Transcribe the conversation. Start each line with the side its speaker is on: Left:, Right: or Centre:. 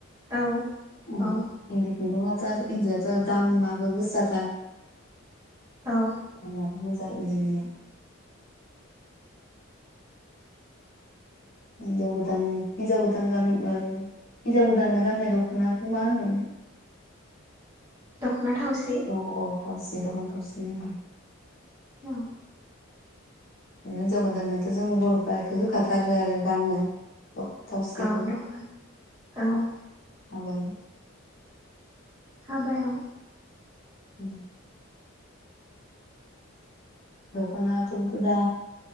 Right: औ
Left: ओम
Right: औ
Left: इन्दि खुन्दुंआ इन्दियाथ' दामाबो गोसा थार
Right: औ
Left: इन्दिनिया हिन्जाव गोदान हिनजाव गोदान गान ओ हिनजाव गोदानना गान्नाय दख'नाखौ मा होनोमोन
Right: दखनाथाउसि
Left: औ औ थावसि दखान थावसि होनो ओम
Right: औ
Left: हिन्जाव गोदाननोथ' जों बर'फ्रा एखौ होखाथारो आरो गाननो दख'ना थावसिखौ
Right: औ दखलानो औ
Left: हाबायो।
Right: हाबायाव
Left: उम दखनाखौथ' दा